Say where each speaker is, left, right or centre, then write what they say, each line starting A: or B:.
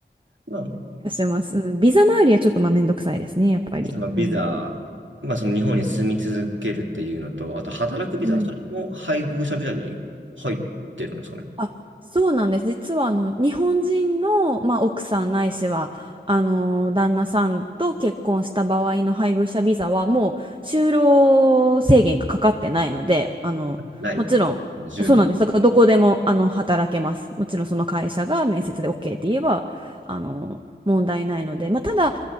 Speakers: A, on the right (about 85°); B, on the right (about 25°).
A: まあ、
B: うん、ビザ周りはちょっとまあめんどくさいですね、やっぱり。
A: あとまのビザ、
B: うん。
A: まあその日本に住み続けるっていうのと、あと働くビザ、
B: うん
A: それも配偶者ビザに入ってるんですかね。
B: あそうなんです。実はあの日本人の、まあ、奥さんないしはあの旦那さんと結婚した場合の配偶者ビザはもう就労制限がかかってないのであのもちろんそうなんですだからどこでもあの働けますもちろんその会社が面接で
A: ない。あ、無年う
B: OK って言えばあの問題ないので、まあ、ただ